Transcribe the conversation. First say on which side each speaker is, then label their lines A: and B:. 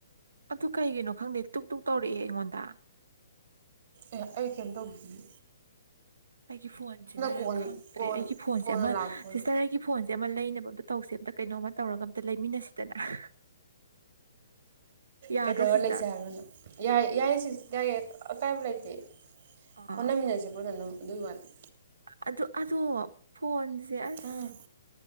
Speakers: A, on the right; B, on the right.
A: ꯑꯗꯨ ꯀꯩꯒꯤꯅꯣ ꯈꯪꯗꯦ ꯇꯨꯛ ꯇꯨꯛ ꯇꯧꯔꯛꯑꯦ ꯑꯩꯉꯣꯟꯗ
B: ꯑꯦ ꯑꯩ ꯀꯩꯝ ꯇꯧꯈꯤꯒꯦ
A: ꯑꯩꯒꯤ ꯐꯣꯟꯁꯤꯅꯔ
B: ꯀꯣꯟ
A: ꯈꯪꯗ꯭ꯔꯦ
B: ꯀꯣꯟ
A: ꯑꯩꯒꯤ ꯐꯣꯟꯁꯦ
B: ꯀꯣꯟꯅ
A: ꯑꯃ
B: ꯂꯥꯛꯄꯅꯦ
A: ꯁꯤꯁꯇꯔ ꯑꯩꯒꯤ ꯐꯣꯟꯁꯦ ꯑꯃ ꯂꯩꯅꯕ ꯑꯝꯇ ꯇꯧꯁꯦ ꯑꯝꯇ ꯀꯩꯅꯣꯝꯃ ꯇꯧꯔꯒ ꯑꯝꯇ ꯂꯩꯃꯤꯟꯅꯁꯤꯗꯅ ꯌꯥꯗ꯭ꯔꯣ
B: ꯀꯩꯗꯧꯔ
A: ꯁꯤꯁꯇꯔ
B: ꯂꯩꯁꯦ ꯍꯥꯏꯕꯅꯣ ꯌꯥꯏ ꯌꯥꯏ ꯁꯤ ꯌꯥꯏ ꯑꯀꯥꯏꯕ ꯂꯩꯇꯦ
A: ꯑꯥ
B: ꯍꯣꯠꯅꯃꯤꯟꯅꯁꯦ ꯐꯖꯅ ꯑꯗꯨꯝ ꯑꯗꯨꯒꯤ ꯋꯥꯅꯤ
A: ꯑꯗꯨ ꯑꯗꯣ ꯐꯣꯟꯁꯦ ꯑꯁ
B: ꯎꯝ